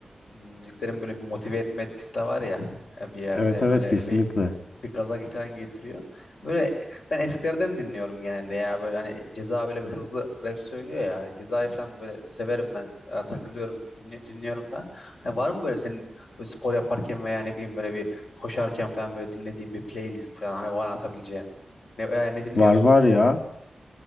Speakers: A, on the left; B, on the left.
A: müziklerin böyle bir motive etme etkisi de var ya e, bir yerde
B: Evet
A: böyle
B: evet kesinlikle.
A: bir, bir gaza falan getiriyor. Böyle ben eskilerden dinliyorum genelde ya böyle hani Ceza böyle bir hızlı rap söylüyor ya hani Ceza'yı falan böyle severim ben e, takılıyorum dinli- dinliyorum falan. Hani var mı böyle senin böyle spor yaparken veya ne bileyim böyle bir koşarken falan böyle dinlediğin bir playlist falan hani bana atabileceğin ne, e, ne dinliyorsun?
B: Var var ya.